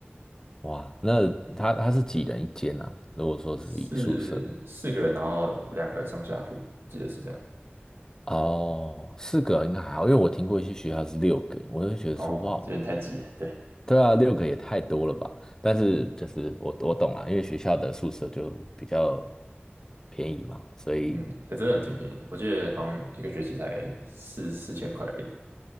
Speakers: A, on the left; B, on the right.
A: 哇，那他他是几人一间啊？如果说是以宿舍的话
B: 四四个人，然后两个上下铺，记得是这样。
A: 哦，四个应该还好，因为我听过一些学校是六个，我就觉得说哇哦，
B: 哦，有点太挤了，对。
A: 对啊，六个也太多了吧？但是就是我我懂了，因为学校的宿舍就比较便宜嘛，所以
B: 嗯，还真的挺便宜的，我记得好像一个学期才四四千块而已